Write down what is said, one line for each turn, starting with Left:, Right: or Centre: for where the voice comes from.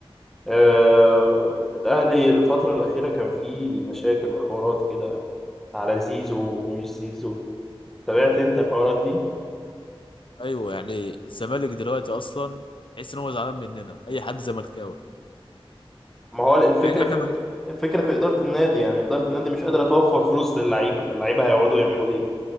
Centre: أه الاهلي الفتره الاخيره كان فيه مشاكل وحوارات كده على زيزو ومش زيزو تابعت انت الحوارات دي
Left: ايوه يعني الزمالك دلوقتي اصلا تحس ان هو زعلان مننا اي حد زملكاوي
Centre: ما هو الفكره
Left: مع ان احنا
Centre: في
Left: من...
Centre: الفكره في اداره النادي يعني اداره النادي مش قادره توفر فلوس للعيبه فاللعيبه هيقعدوا يعملوا ايه